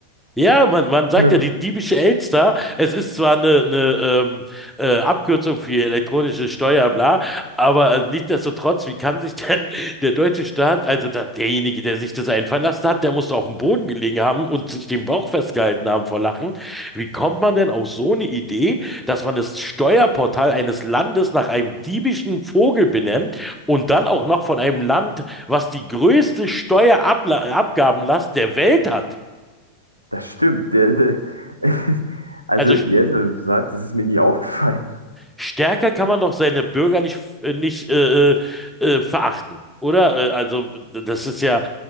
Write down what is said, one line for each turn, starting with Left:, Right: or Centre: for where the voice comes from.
Centre: Ja, man, man sagt
Right: <laughs>
Centre: ja die diebische Elster. Es ist zwar eine, eine ähm, äh, Abkürzung für elektronische Steuer, bla, aber äh, nichtsdestotrotz, wie kann sich denn <laughs> der deutsche Staat, also da, derjenige, der sich das einfallen lassen hat, der muss doch auf dem Boden gelegen haben und sich den Bauch festgehalten haben vor Lachen. Wie kommt man denn auf so eine Idee, dass man das Steuerportal eines Landes nach einem diebischen Vogel benennt und dann auch noch von einem Land, was die größte Steuerabgabenlast der Welt hat?
Right: Das stimmt. Der, der, <laughs> also,
Centre: Also
Right: jetzt, wo du sagst, das ist mir nie aufgefallen.
Centre: Stärker kann man doch seine Bürger nicht, äh, nicht äh, äh, äh, verachten, oder? Äh, also, das ist ja,